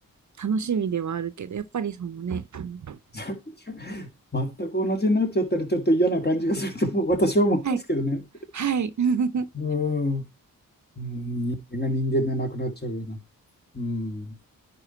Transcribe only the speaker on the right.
楽しみではあるけど、やっぱりそのね、あの
はい。はい。<laughs>